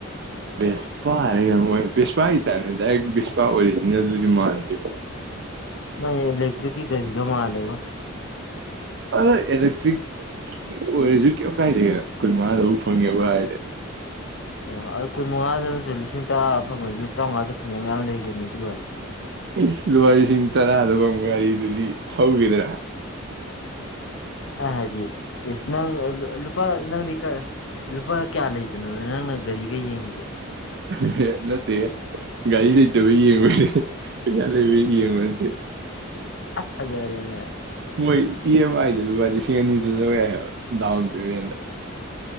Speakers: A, on the right; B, on the left.
A: ꯁ ꯄꯥ ꯍꯥꯏꯔꯒ ꯑꯣꯏ ꯕꯤꯁꯄꯥꯒꯤꯇꯥꯕꯅꯤ ꯗꯥꯏꯔꯦꯛ ꯕꯤꯁꯄꯥ ꯑꯣꯏꯔꯤꯁꯤꯅꯦ ꯑꯗꯨꯗꯤ ꯃꯥꯟꯗꯦ
B: ꯅ ꯏꯂꯦꯦꯛꯛꯇ꯭ꯔꯛꯀꯤ ꯀꯔꯤꯒꯣ ꯃꯥꯂꯦꯕꯣ
A: ꯑꯗ ꯑꯦꯂꯛꯇꯔꯤꯛ ꯑꯣꯏꯔꯁꯨ ꯀꯩ ꯀꯥꯏꯗꯒꯦꯅꯣ ꯀꯨꯟ ꯃꯉꯥꯗꯕꯨ ꯐꯪꯉꯦꯕꯨ ꯍꯥꯏꯔꯗꯤ
B: ꯑꯦ ꯑꯗꯨ ꯀꯨꯟ ꯃꯉꯥꯗ ꯅꯠꯇ꯭ꯔꯦ ꯂꯤꯁꯤꯡ ꯇꯔꯥ ꯐꯪꯉꯁꯨ ꯀꯥꯎꯉꯗ ꯐꯨꯡꯕ ꯃꯌꯥꯝ ꯂꯩꯒꯦ ꯅꯠꯇ ꯑꯣꯏꯦ
A: ꯏꯁ ꯂꯨꯄꯥ ꯂꯤꯁꯤꯡ ꯇꯔꯥꯗ ꯐꯥꯎ ꯋꯥꯔꯤꯔꯤꯗꯨꯗꯤ ꯊꯧꯈꯤꯗ꯭ꯔꯥ
B: ꯑ ꯍꯥꯏꯗꯤ ꯌꯦꯁ ꯅꯪ ꯂꯨꯄꯥ ꯅꯪ ꯂꯤ ꯂꯨꯄꯥ ꯀꯌꯥ ꯂꯩꯗꯅꯣꯅ ꯅꯪꯅ ꯒꯥꯔꯤꯒ ꯌꯦꯡꯉꯁꯦ
A: ꯑꯦꯂ ꯇ ꯥꯏ ꯂꯩ ꯂꯩꯗꯕꯩ ꯌꯦ ꯃꯗꯤ ꯆꯦ ꯃꯗꯤ
B: ꯍꯖꯔꯦꯅꯦ
A: ꯍꯣꯏ ꯏ ꯑꯦꯝ ꯑꯥꯏꯗ ꯂꯨꯄꯥ ꯂꯤꯁꯤꯡ ꯑꯅꯤꯗꯨ ꯂꯧꯧ ꯌꯥꯏ ꯍꯥꯏꯕ ꯗꯥꯎꯟ ꯄꯦꯃꯦꯟꯗ